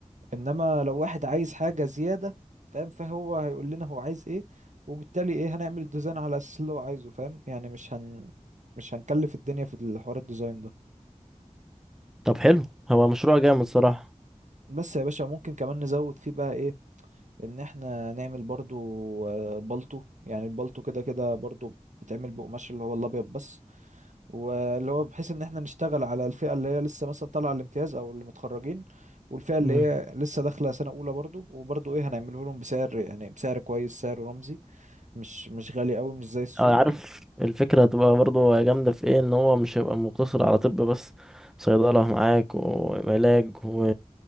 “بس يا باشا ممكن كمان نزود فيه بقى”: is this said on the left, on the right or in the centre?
Right